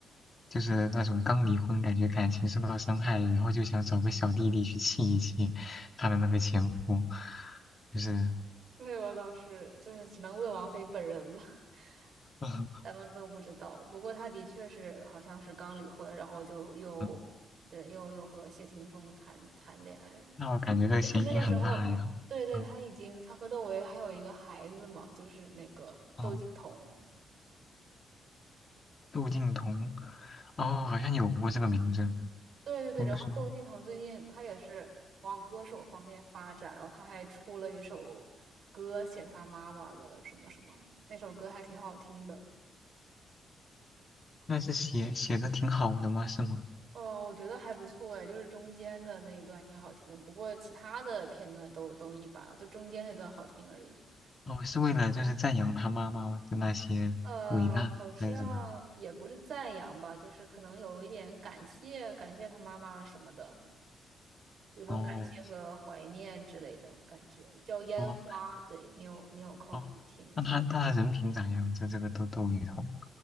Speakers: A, on the left; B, on the right.
A: 就是那种刚离婚感觉感情受到伤害，然后就想找个小弟弟去气一气她的那个前夫，就是
B: 对，我倒是真的只能问王菲本人了，<laughs>
A: <laughs>
B: 咱们都不知道。不过她的确是好像是刚离婚，然后就又对又又和谢霆锋谈谈恋爱，
A: 嗯那我感觉这个嫌疑很大呀。
B: 而且那个时候，对对，
A: 嗯。
B: 她已经她和窦唯还有一个孩子嘛，就是那个窦靖童。
A: 哦，窦靖童，哦，好像有过这个名字，
B: 对对对，
A: 听说。
B: 然后窦靖童最近他也是往歌手方面发展，然后他还出了一首歌写他妈妈的什么什么，那首歌还挺好听的。
A: 那是写写的挺好的吗？是吗？
B: 哦，我觉得还不错哎，就是中间的那一段挺好听，不过其他的片段都都一般了，就中间那段好听而已。
A: 哦，是为了就是赞扬他妈妈的那些伟大还是什么？
B: 呃，好像也不是赞扬吧，就是可能有一点感谢感谢他妈妈什么的。有种感谢和怀念之类的感觉，
A: 哦
B: 叫《烟花》。
A: 哦
B: 对，你有你有空可以听一下。
A: 哦，那他那他人品咋样？在这个窦窦靖童，